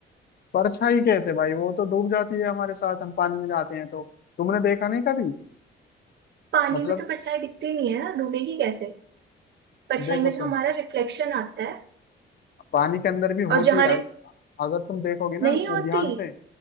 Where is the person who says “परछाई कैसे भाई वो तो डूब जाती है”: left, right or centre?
Left